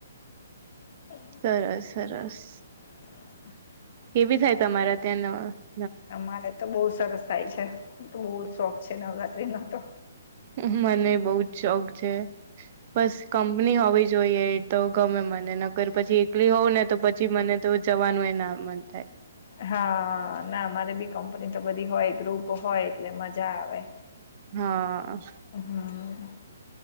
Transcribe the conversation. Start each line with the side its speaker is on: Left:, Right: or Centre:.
Left: <inaudible>
Right: સરસ સરસ
Left: <inaudible>
Right: કેવી થાય તમારા ત્યાં નવ
Left: અમારે તો બહુ સરસ થાય છે બહુ શોખ છે નવરાત્રિનો તો.
Right: હમ્મ હમ્મ, મને બઉ જ શોખ છે બસ કમ ની હોવી જોઈએ તો ગમે મને નકર પછી એકલી હોઉ ને તો પછી મને તો જવાનું એ ના મન થાય.
Left: હા, ના અમારે બી કંપની તો બધી હોય ગ્રુપ હોય એટલે મજા આવે.
Right: હા.
Left: હમ્મ.